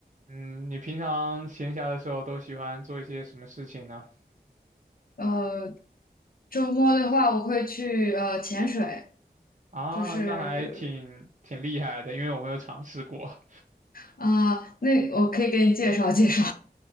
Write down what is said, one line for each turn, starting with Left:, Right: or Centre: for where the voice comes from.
Right: 嗯，你平常闲暇的时候都喜欢做一些什么事情呢？
Left: 呃，周末的话，我会去呃潜水，
Right: 啊，
Left: 就是
Right: 那还挺挺厉害的，因为我没有尝试过。
Left: 啊、那我可以给你介绍介绍，